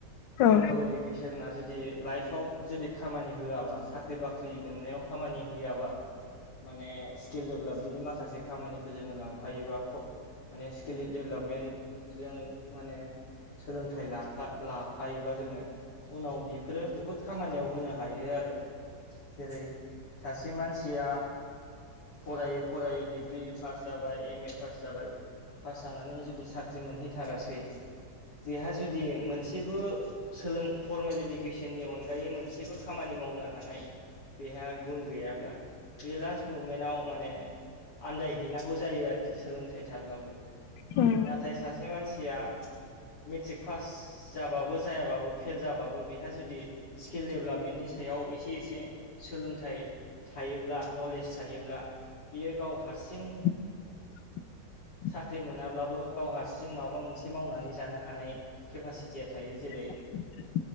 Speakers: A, on the left; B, on the left.
A: औ
B: फर्मेल इडुकेसना जुदि लाइफआव जुदि खामानि होआबा साख्रि ख्रि बाख्रि मोननायाव खामानि होयाबा माने स्किल डेभेलपमेन्टनि माखासे खामानिखौ जोङो लांफायोबा माने स्किल डेभेलपमेन्ट जों माने सोलोंथाइ लाफ्ला लाफायोबा जोङो उनाव बेफोरो बहुद खामानियाव होनो हायो आरो। जेरै सासे मानसिया फरायै फरायै डिग्रि पास जाबाय एम ए पास जाबाय। पास जानानै जुदि साख्रि मोनहैथारासै बेहा जुदि मोनसेबो सोलों फरमेल इडुकेसननि अनगायै मोनसेबो खामानि मावनो हानाय बेहा गुन गैयाब्ला बे लास्ट मुमेन्टआव माने आन्दायहैनांगौ जायो आरोखि सोलोंथाइ थाब्लाबो
A: उम
B: नाथाय सासे मानसि सिया मेट्रिक पास जाबाबो जायाबाबो फेल जाबाबो बेहा जुदि स्किल डेभेलपमेन्टनि सा सायाव एसे एसे सोलोंथाइ थायोब्ला नलेज थायोब्ला बियो गाव हारसिं
A: <inaudible>
B: साख्रि मोनाब्लाबो गाव हारसिं माबा मोनसे मावनानै जानो हानाय केपासिटिया थायो जेरै
A: <inaudible>